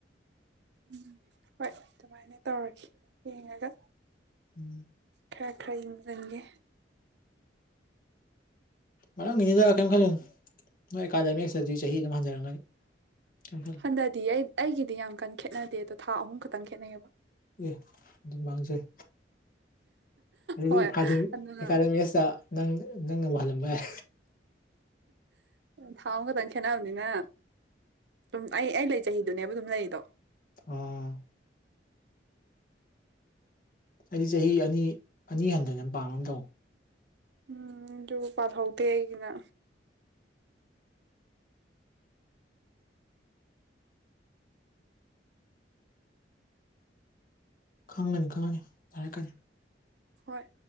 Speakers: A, on the right; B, on the left.
A: ꯎꯝ ꯍꯣꯏ ꯑꯗꯨꯃꯥꯏꯅ ꯇꯧꯔꯒꯦ ꯌꯦꯡꯉꯒ
B: ꯎꯝ
A: ꯈꯔ ꯈꯔ ꯌꯦꯡꯖꯟꯒꯦ
B: ꯃꯔꯝꯒꯤꯅꯤꯅ ꯀꯔꯤꯝ ꯈꯜꯂꯨꯣ ꯅꯣꯏ ꯑꯦꯀꯥꯗꯃꯤꯛꯁꯇꯗꯤ ꯆꯍꯤ ꯑꯗꯨꯝ ꯍꯟꯖꯔꯝꯒꯅꯤ ꯀꯩꯝ ꯈꯜꯂꯨ
A: ꯍꯟꯗꯗꯤ ꯑꯩ ꯑꯩꯒꯤꯗꯤ ꯌꯥꯝ ꯀꯟꯅ ꯈꯦꯠꯅꯗꯦ ꯑꯗꯣ ꯊꯥ ꯑꯍꯨꯝ ꯈꯛꯇꯪ ꯈꯦꯠꯅꯩꯌꯦꯕ
B: ꯑꯦ ꯑꯗꯨꯝ ꯃꯥꯡꯖꯩ ꯑꯗꯨꯗꯤꯀꯥ
A: ꯍꯣꯏ ꯑꯗꯨꯅ
B: ꯑꯦꯀꯥꯗꯃꯤ ꯑꯁꯤꯇ ꯅꯪ ꯅꯪꯅ ꯑꯃꯨꯛ ꯍꯜꯂꯝꯕ ꯌꯥꯏ
A: ꯊꯥꯎ ꯑꯃ ꯈꯛꯇꯪ ꯈꯦꯠꯅꯕꯅꯤꯅ ꯑꯗꯨꯝ ꯑꯩ ꯑꯩ ꯂꯩ ꯆꯍꯤꯗꯨꯅꯦꯕ ꯑꯗꯨꯝ ꯂꯩꯗꯣ
B: ꯑꯥ ꯑꯩꯗꯤ ꯆꯍꯤ ꯑꯅꯤ ꯑꯅꯤ ꯍꯟꯊꯅ ꯄꯥꯝ ꯑꯃ ꯇꯧꯕꯅꯦ
A: ꯎꯝ ꯌ ꯄꯥꯊ ꯍꯧꯗ ꯍꯥꯏꯒꯤꯅ
B: ꯈꯪꯉꯅꯤ ꯈꯪꯉꯅꯤꯔꯅꯤ
A: ꯍꯣꯏ